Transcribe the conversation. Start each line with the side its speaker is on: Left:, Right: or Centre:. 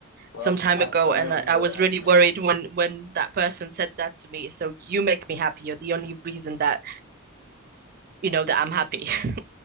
Left: Well,
Right: some time
Left: I'm
Right: ago,
Left: sorry
Right: and
Left: to
Right: I,
Left: hear
Right: I was
Left: that.
Right: really worried
Left: <laughs>
Right: when when that person said that to me. So you make me happy. You're the only reason that you know that I'm happy. <laughs>